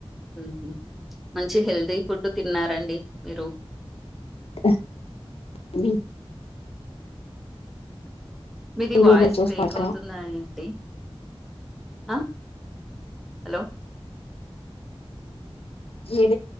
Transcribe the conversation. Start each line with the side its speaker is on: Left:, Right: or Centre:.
Centre: ఉమ్ మంచి హెల్దీ. ఫుడ్ తిన్నారండి మీరు.
Left: ఆహ్ ఉమ్.
Centre: మీ వాయిస్
Left: మీరేం చేస్తారక్క
Centre: బ్రేక్ అవుతుందండి. ఆహ్ హలో.
Left: ఏప్.